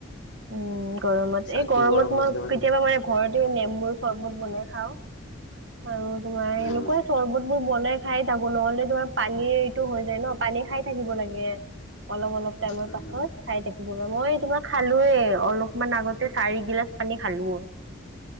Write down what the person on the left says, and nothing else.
ছাতি
গৰম
হ'লে
উম,
উম।